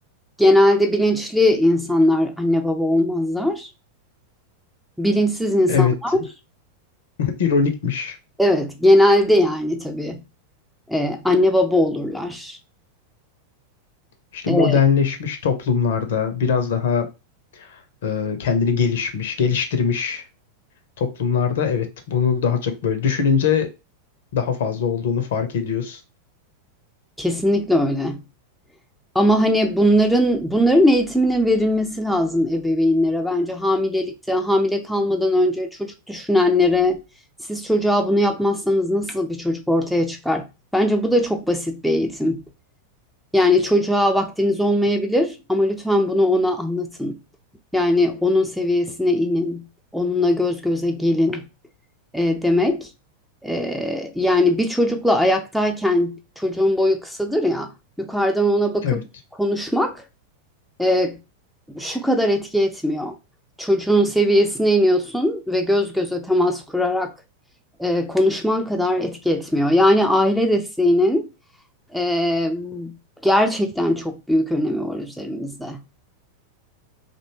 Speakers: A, in the centre; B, on the left (about 55°).
A: Genelde bilinçli insanlar anne baba olmazlar. Bilinçsiz insanlar
B: Evet, <laughs> ironikmiş.
A: evet genelde yani tabii e, anne baba olurlar.
B: İşte
A: E,
B: modernleşmiş toplumlarda biraz daha e, kendini gelişmiş, geliştirmiş toplumlarda evet bunu daha çok böyle düşününce daha fazla olduğunu fark ediyorsun.
A: kesinlikle öyle. Ama hani bunların bunların eğitiminin verilmesi lazım ebeveynlere bence hamilelikte, hamile kalmadan önce çocuk düşünenlere siz çocuğa bunu yapmazsanız nasıl bir çocuk ortaya çıkar? Bence bu da çok basit bir eğitim. Yani çocuğa vaktiniz olmayabilir ama lütfen bunu ona anlatın. Yani onun seviyesine inin, onunla göz göze gelin e, demek. E, yani bir çocukla ayaktayken çocuğun boyu kısadır ya, yukarıdan ona bakıp
B: Evet.
A: konuşmak e, şu kadar etki etmiyor. Çocuğun seviyesine iniyorsun ve göz göze temas kurarak e, konuşman kadar etki etmiyor. Yani aile desteğinin ee, gerçekten çok büyük önemi var üzerimizde.